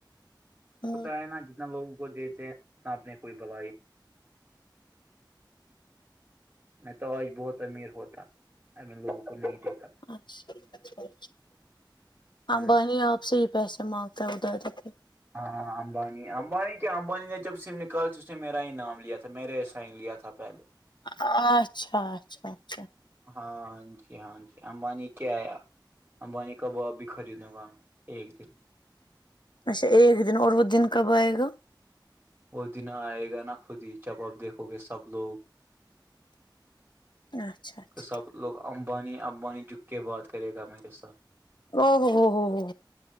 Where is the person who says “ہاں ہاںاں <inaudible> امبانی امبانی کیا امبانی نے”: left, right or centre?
Right